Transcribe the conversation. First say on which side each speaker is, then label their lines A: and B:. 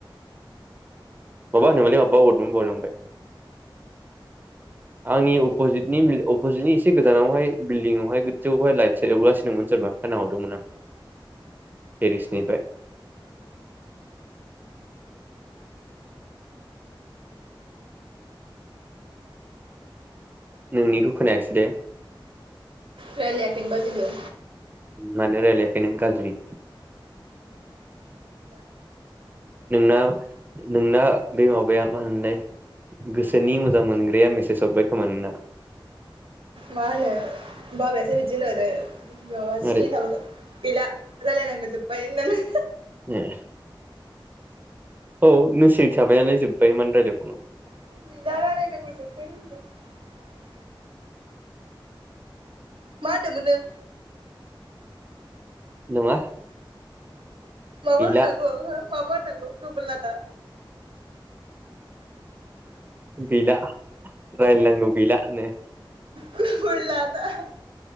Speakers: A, on the right; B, on the right.
A: माबा होनोमोनलै माबा हरदोंमोन बावलांबाय। आंनि अपजितनि अपजितनि एसे गोजानावहाय बिल्डिंआवहाय गोजौवाव लाइट सेरहरगासिनोमोन सोरबा ओंखाय नाहरदों मोन आं तेरेसनिफ्राय। नोंनिखौ खोनायासै दे
B: रायज्लायाखैमोनबा जेबो
A: मानो रायलखै नों गाज्रि
B: गैला।
A: नोंना नोंना बे माबाया मा होनलाय गोसोनि
B: बाबायासो बिदि
A: मोजां मोनग्राया
B: होनो जोंना
A: मेसेज हरबाय खोमा नोंना
B: मा होनो? बाबायासो बिदि होनहरो। माबा सिरि
A: आरो
B: थाबा गैला राय्लायनांगौ जोब बाय होननानै
A: ए औ नों सिरि थाबायनालाय जोब्बाय मानो राय्लायबावनांगौ।
B: गैला <unintelligible> मा होनदोंमोन नों?
A: नङा।
B: माबा
A: गैला
B: होननांगौ हो माबा होननांगौ गोबोरलादा।
A: गैला रायलायनांगो गैला होनो
B: गोबोरलादा